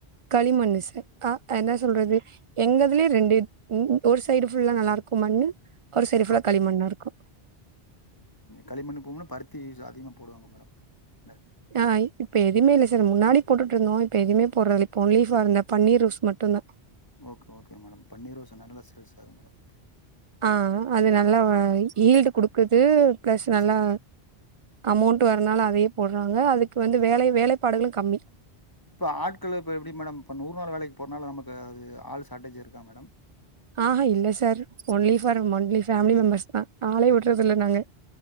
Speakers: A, on the right; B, on the left.
A: களிமண்ணு சார் அ ஆ என்ன சொல்றது எங்கதுலயு ரெண்டு ஒரு சைடு ஃபுல்லா நல்லா இருக்கு மண்ணு ஒரு சைடு ஃபுல்லா
B: ஓகே.
A: களிமண்ணா இருக்கு
B: களிமண்ணு போனும்னா பருத்தி அதிகமாக போடுவாங்க மேடம் இல்ல
A: ஆ இப்ப எதுமே இல்ல சார் முன்னாடி போட்டுட்டு இருந்தோ இப்ப எதுமே போடறதில்ல இப்ப ஒன்லீ ஃபார் இந்த பன்னீர் ருஸ் மட்டுந்தா
B: ஓகே ஓகே மேடம் பன்னீர் ரோஸ் நல்லா சேல்ஸ் ஆகும் மேடம்
A: ஆ அது நல்லா ஈல்டு குடுக்குது பிளஸ் நல்லா
B: சரி.
A: அமௌண்ட் வரனால அதையே போடுறாங்க அதுக்கு வந்து வேலை வேலைப்பாடுகளு கம்மி
B: இப்ப ஆட்கள் இப்ப எப்டி மேடம் இப்ப நூறு நாள் வேலைக்கு போறனால நமக்கு அது ஆள் ஷார்டேஜா இருக்கா மேடம்
A: ஆஹா இல்ல sir only for only family மெம்பர்ஸ்தா ஆளே விடுறது இல்ல நாங்க